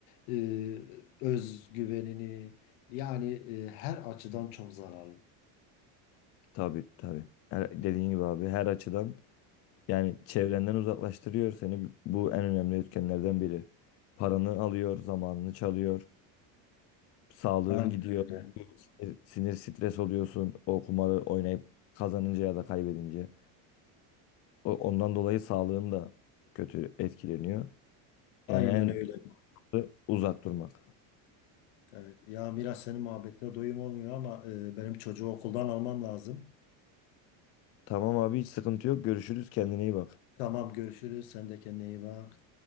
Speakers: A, on the left (about 80°); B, on the left (about 35°).
A: e, özgüvenini. Yani e, her açıdan çok zararlı.
B: Tabii tabii. Her, dediğin gibi abi her açıdan yani çevrenden uzaklaştırıyor seni. Bu en önemli etkenlerden biri. Paranı alıyor, zamanını çalıyor, sağlığın
A: Aynen
B: gidiyor,
A: öyle.
B: sinir, sinir stres oluyorsun o kumarı oynayıp kazanınca ya da kaybedince. O- Ondan dolayı sağlığın da kötü etkileniyor.
A: Aynen
B: Yani en
A: öyle.
B: uzak durmak.
A: Evet. Ya Miras senin muhabbetle doyum olmuyor ama e, benim çocuğu okuldan almam lazım.
B: Tamam abi hiç sıkıntı yok. Görüşürüz. Kendine iyi bak.
A: Tamam görüşürüz. Sen de kendine iyi bak.